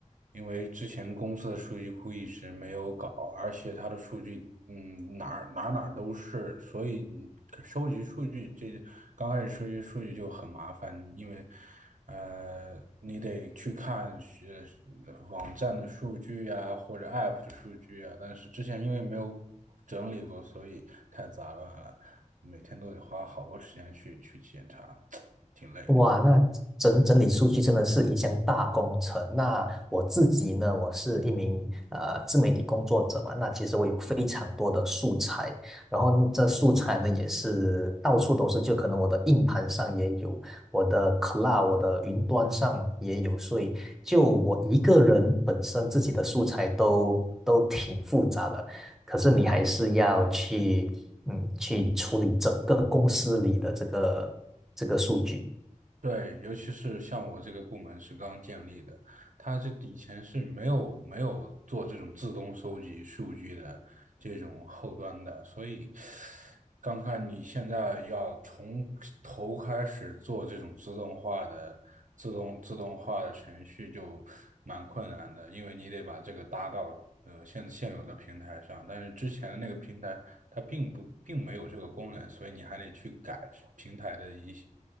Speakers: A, on the right; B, in the centre.
A: 因为之前公司的数据库一直没有搞，而且它的数据，嗯，哪儿哪儿哪儿都是，所以你收集数据这刚开始收集数据就很麻烦，因为呃，你得去看呃网站的数据呀，或者 App 的数据啊，但是之前因为没有。整理过，所以太杂乱了，每天都得花好多时间去去检查，挺累的。
B: 哇，那整整理数据真的是一项大工程。那我自己呢，我是一名呃自媒体工作者嘛，那其实我有非常多的素材，然后这素材呢也是到处都是，就可能我的硬盘上也有，我的 cloud，我的云端上也有，所以就我一个人本身自己的素材都都挺复杂的，可是你还是要去嗯去处理整个公司里的这个这个数据。
A: 对，尤其是像我这个部门是刚建立的，它这以前是没有没有做这种自动收集数据的这种后端的，所以刚看你现在要从头开始做这种自动化的自动自动化的程序就蛮困难的，因为你得把这个搭到呃现现有的平台上，但是之前的那个平台它并不并没有这个功能，所以你还得去改平台的一些。